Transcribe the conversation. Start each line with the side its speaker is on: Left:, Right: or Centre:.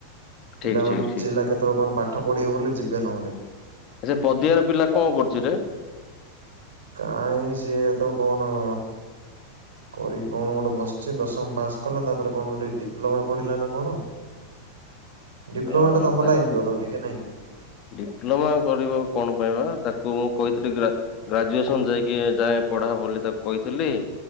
Left: ଠିକ୍
Right: ପିଲାମାନେ
Left: ଠିକ୍ ଠିକ୍
Right: କେତେବେଳେ କଣ ପାଠ ପଢିବେ ବଲି ଯିବେ ନହେଲେ।
Left: ସେ ପଦିଆ ର ପିଲା କଣ କରୁଛିରେ।
Right: କାଁ ସିଏ ତ କଣ କରିକି କଣ ଗୋଟେ ବସିଛି ଦଶମ ପାସ୍ କଲା ତାପରେ କଣ ଗୋଟେ ଡିପ୍ଲୋମା ପଢିଲା ନା କଣ ଡିପ୍ଲୋମା
Left: ଅ
Right: ଟା ତମ
Left: ତା
Right: ଲାଇନ ର ତ ଟିକେ ନାଇଁ କି
Left: ଡିପ୍ଲୋମା କରିବ କଣ ପାଇଁ ବା ତାକୁ ମୁଁ କହିଥିଲି ଗ୍ରା ଗ୍ରାଜୁଏସନ ଯାଇକି ଯାଏ ପଢା ବୋଲି ତାକୁ କହିଥିଲି।